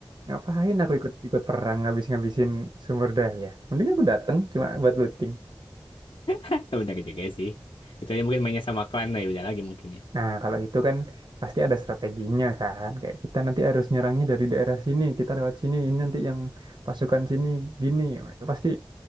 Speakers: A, on the right (about 55°); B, on the left (about 75°).
A: Ngapain aku ikut ikut perang habis ngabisin sumber daya? Mending aku datang cuma buat looting.
B: <laughs> Benar juga sih. Kecuali mungkin mainnya sama klan, nah ya udah lagi mungkin ya.
A: Nah, kalau itu kan pasti ada strateginya kan. Kayak kita nanti harus nyerangnya dari daerah sini, kita lewat sini, ini nanti yang pasukan sini gini. Itu pasti